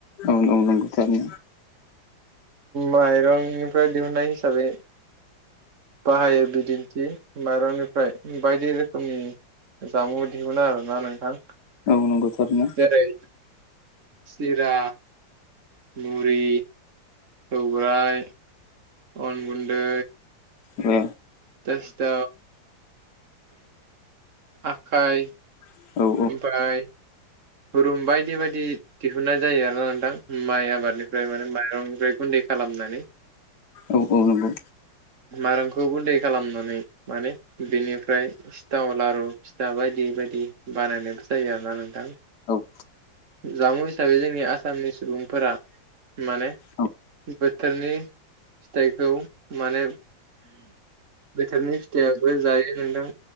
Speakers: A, on the left; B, on the right.
A: औ नांगौ थारैनो
B: माइरंनिफ्राय दिहुननाय हिसाबै बाहायो बिदिन्थि माइरंनिफ्राय बायदि रोखोमनि जामु बिदिमोन आरोना नोंथां
A: नोंगौ थारैनो
B: जेरै सिरा मुरि सौराइ अन गुन्दै
A: ओ
B: दस द आखाइ
A: औ औ
B: ओमफ्राय रुम बायदि बायदि दिहुननाय जायो आरोना नोंथां माइ आबादनिफ्राय माने माइरंनिफ्राय गुन्दै खालामनानै
A: औ औ नंगौ
B: मारामखौबो दै खालामनानै माने बेनिफ्राय सिथाव लारु फिथा बायदि बायदि बानायनायबो जायो आरोोना नोंथां
A: औ।
B: जामुं हिसाबै जोंनि आसामनि सुबुंफोरा माने।
A: औ
B: बोथोरनि फिथाइखौ माने। बोथोरनि फिथाइयाबो जायो नोंदां